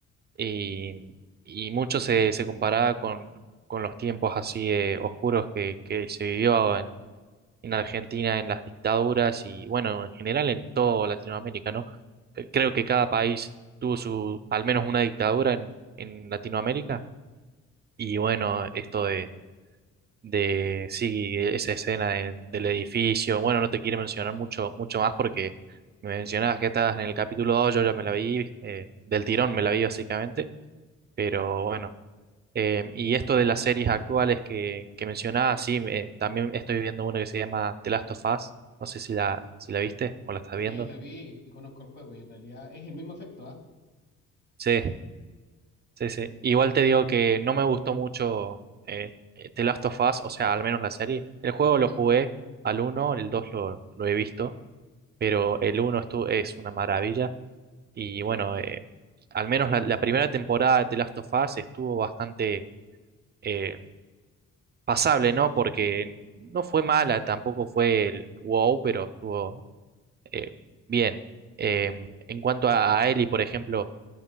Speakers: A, on the right; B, on the left.
A: y, y mucho se, se comparaba con, con los tiempos así eh, oscuros que, que se vivió en Argentina, en las dictaduras y bueno, en general en toda Latinoamérica, ¿no? Eh, Creo que cada país tuvo su, al menos una dictadura en, en Latinoamérica y bueno, esto de, de sí, esa escena de- del edificio, bueno, no te quiero mencionar mucho, mucho más porque me mencionabas que estabas en el capítulo dos yo ya me la vi, eh, del tirón me la vi básicamente, pero bueno. Eh, y esto de las series actuales que, que mencionaba, sí, me- también estoy viendo una que se llama The Last of Us. No sé si la, si la viste o la estás
B: Sí,
A: viendo.
B: la vi y, y conozco el juego y en realidad es el mismo efecto, ¿ah?
A: Sí, sí,
B: Es,
A: sí.
B: el-
A: Igual te
B: es,
A: digo que no me gustó mucho eh, eh, The Last of Us, o sea, al menos la serie. El juego lo jugué al uno el 2 lo, lo he visto, pero el uno estu- es una maravilla. Y bueno, eh, al menos la, la primera temporada de The Last of Us estuvo bastante... eh, pasable, ¿no? Porque no fue mala, tampoco fue el wow, pero estuvo eh, bien. Eh, en cuanto a, a Ellie, por ejemplo,